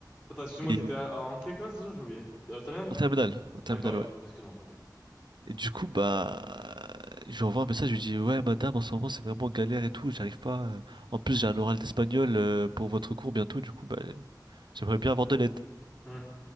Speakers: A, on the left; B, on the right.
A: Attends, excuse-moi,
B: Et
A: t'étais à- en quelle classe déjà? J'ai oublié. Euh, terminale?
B: en terminale, en terminale,
A: D'accord, oui,
B: ouais.
A: oui, excuse-moi, ok.
B: Et du coup, bah, je lui envoie un message, je lui dis, ouais, madame, en ce moment, c'est vraiment galère et tout, j'arrive pas. euh. En plus, j'ai un oral d'espagnol euh, pour votre cours bientôt, du coup, bah, j'aimerais bien avoir de l'aide.
A: Hmm.